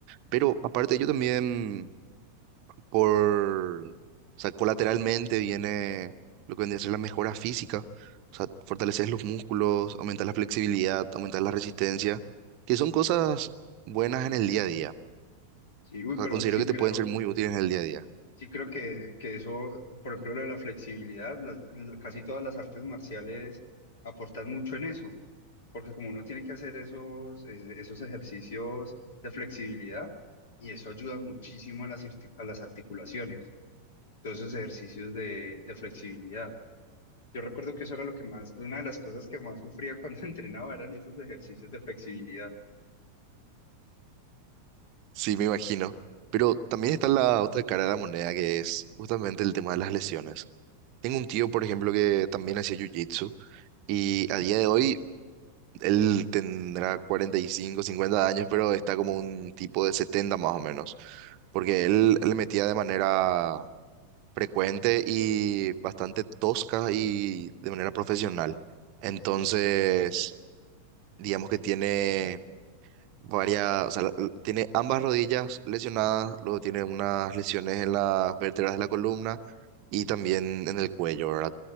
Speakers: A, on the right (about 40°); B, on the left (about 55°).
A: Pero aparte, yo también, por, o sea, colateralmente viene lo que vendría a ser la mejora física. O sea, fortaleces los músculos, aumentas la flexibilidad, aumentas la resistencia, que son cosas buenas en el día a día.
B: Sí, uy,
A: O
B: pero
A: sea, considero
B: sí
A: que
B: creo,
A: te pueden ser muy útiles en el día a día.
B: sí creo que, que eso, por ejemplo, lo de la flexibilidad, las- la- casi todas las artes marciales aportan mucho en eso, porque como uno tiene que hacer esos, eh, esos ejercicios de flexibilidad, y eso ayuda muchísimo a las, irti- a las articulaciones, todos esos ejercicios de de flexibilidad. Yo recuerdo que eso era lo que más, una de las cosas que más sufría cuando <laughs> entrenaba eran esos ejercicios de flexibilidad.
A: Sí, me imagino. Pero también está la otra cara de la moneda, que es justamente el tema de las lesiones. Tengo un tío, por ejemplo, que también hacía jiu-jitsu Y a día de hoy él tendrá 45 50 años, pero está como un tipo de 70 más o menos, porque él le metía de manera frecuente y bastante tosca y de manera profesional. Entonces, digamos que tiene varias, o sea, la- la- tiene ambas rodillas lesionadas, luego tiene unas lesiones en las vértebras de la columna y también en el cuello, ¿verdad?